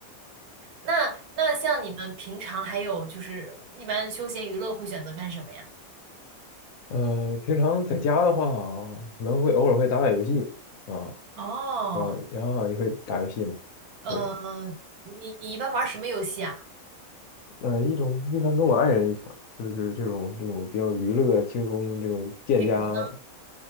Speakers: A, on the right; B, on the left.
A: 那那像你们平常还有就是一般休闲娱乐会选择干什么呀？
B: 呃，平常在家的话，可能会偶尔会打打游戏啊，
A: 哦，
B: 然后然后你会打游戏吗？
A: 呃，
B: 对。
A: 你你一般玩什么游戏啊？
B: 呃，一种一般跟我爱人一起玩，就是这种这种比较娱乐、轻松这种建家。
A: 比如呢